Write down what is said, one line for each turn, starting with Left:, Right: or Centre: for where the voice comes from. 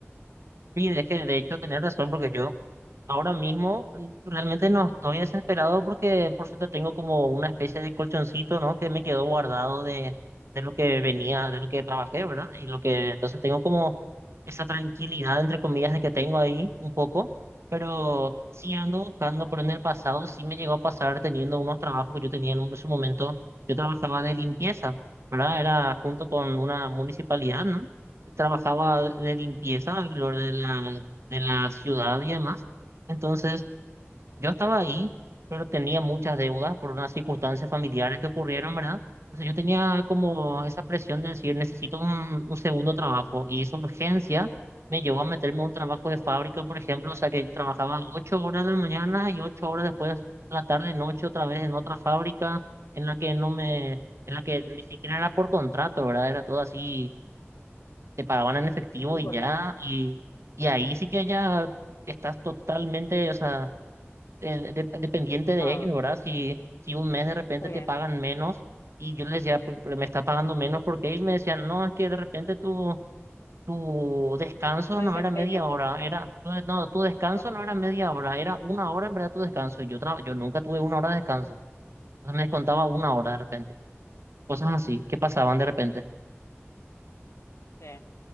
Right: Sí, de que de hecho tenés razón porque yo ahora mismo mm, realmente no estoy desesperado porque por suerte tengo como una especie de colchoncito, ¿no? Que me quedó guardado de, de lo que venía, de lo que trabajé, ¿verdad? Y lo que entonces tengo como esa tranquilidad, entre comillas, de que tengo ahí un poco, pero sí ando buscando, pero en el pasado sí me llegó a pasar teniendo unos trabajos que yo tenía en un- su momento, yo trabajaba de limpieza, ¿verdad? Era junto con una municipalidad, ¿no? trabajaba de limpieza alrededor de la, de la ciudad y demás. Entonces, yo estaba ahí, pero tenía muchas deudas por unas circunstancias familiares que ocurrieron, ¿verdad? Entonces, yo tenía como esa presión de decir, necesito un, un segundo trabajo. Y esa urgencia me llevó a meterme a un trabajo de fábrica, por ejemplo, o sea, que trabajaba ocho horas de la mañana y ocho horas después, a la tarde, noche, otra vez
Left: informal
Right: en otra fábrica en la que no me... en la que ni siquiera era por contrato, ¿verdad? Era todo así te pagaban en efectivo
Left: muy
Right: y
Left: formal,
Right: ya, y, y ahí sí que ya estás totalmente, o sea, el- de- dependiente de
Left: estado,
Right: ellos, ¿verdad? Si, si un mes de repente
Left: eh,
Right: te pagan menos y yo les decía, "Pero- pero me está pagando menos porque ellos me decían, no, es que de repente tu, tu descanso
Left: tu
Right: no
Left: desempeño.
Right: era media hora, era, no, no, tu descanso
Left: ah,
Right: no era media hora, era una hora en verdad tu descanso, y yo, traba- yo nunca tuve una hora de descanso, entonces me descontaba una
Left: sí,
Right: hora de repente, cosas así que pasaban de repente,
Left: sí.